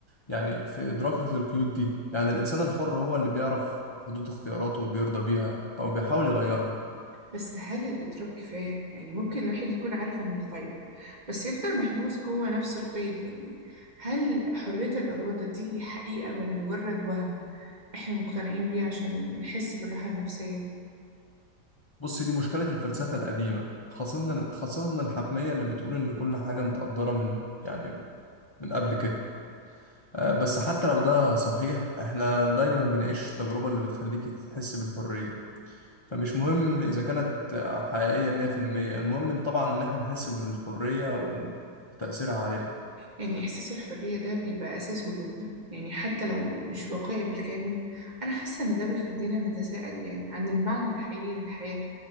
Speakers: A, on the left (about 50°); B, on the right (about 25°).
A: يعني في ادراكك للقيود دي يعني الانسان الحر هو اللي بيعرف حدود اختياراته وبيرضى بيها او بيحاول يغيرها
B: بس هل الإدراك كفاية؟ يعني ممكن الواحد يكون عارف إنه مقيد بس يفضل محبوس جوه نفس القيد يعني هل حرية الإرادة دي حقيقة ولا مجرد وهم إحنا مقتنعين بيه عشان نحس بالراحة النفسية؟
A: بص دي مشكلة الفلسفة القديمة خاصة خاصة الحتمية اللي بتقول ان كل حاجة متقدرة من يعني من قبل كده آه، بس حتى لو ده صحيح احنا دايما بنعيش التجربة اللي بتخليك تحس بالحرية فمش مهم إذا كانت حقيقية مية في المية المهم إن طبعا إن إحنا نحس بالحرية وتأثيرها علينا
B: يعني إحساس الحرية ده بيبقى أساس وجودنا يعني حتى لو مش واقعي بالكامل أنا حاسة إن ده بيخلينا نتساءل يعني عن المعنى الحقيقي للحياة